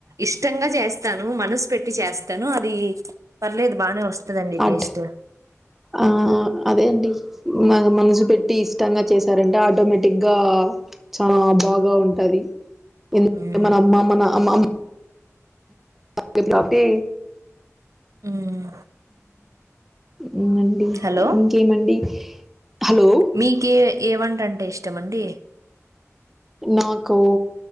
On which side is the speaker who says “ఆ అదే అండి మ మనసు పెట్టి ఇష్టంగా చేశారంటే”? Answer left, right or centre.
Centre